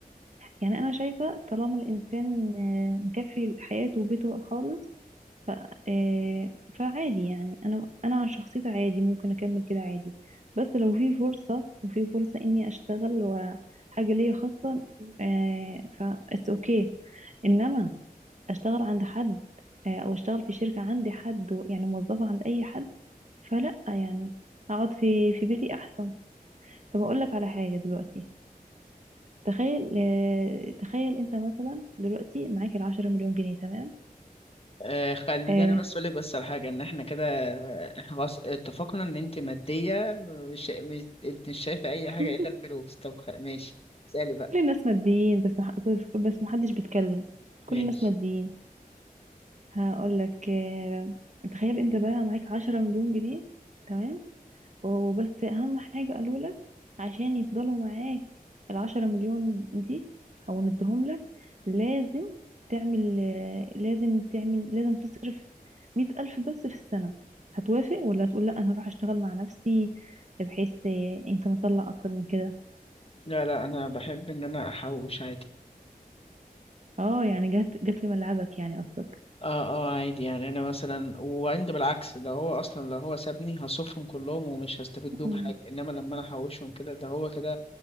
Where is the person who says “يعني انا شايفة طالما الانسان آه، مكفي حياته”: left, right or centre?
Right